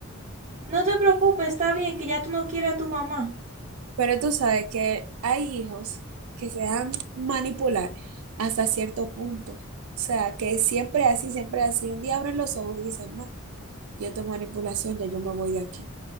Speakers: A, on the right (about 35°); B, on the right (about 80°).
A: no te preocupes, está bien que ya tú no quieres a tu mamá.
B: Pero tú sabes que hay hijos que se dan manipular hasta cierto punto. O sea, que siempre así, siempre así. Un día abren los ojos y dicen, no, yo tengo manipulación, ya yo me voy de aquí.